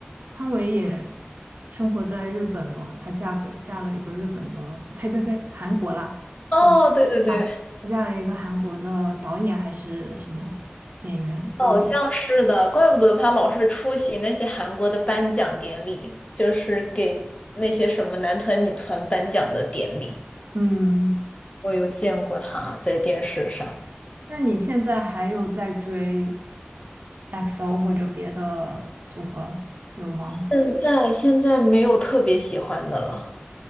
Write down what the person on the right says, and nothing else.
汤唯也生活在日本了，她嫁给嫁了一个日本的，呸呸呸，韩国啦，
对，
她嫁了一个韩国的导演还是什么演员？我忘，
嗯，
那你现在还有在追？XO 或者别的组合有吗？